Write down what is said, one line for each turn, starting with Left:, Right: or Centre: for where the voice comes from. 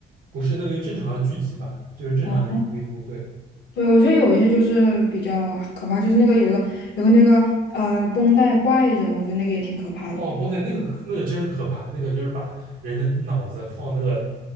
Right: 不是那个就正常的剧集吧，就是正常的一步一步，
Left: 哦，
Right: 对，
Left: 对，我觉得有一些就是比较可怕，就是那个有一个有个那个呃绷带怪人，我觉得那个也挺可怕的，
Right: 哦，不对，那个那个真可怕，那个就是把人的脑子放那个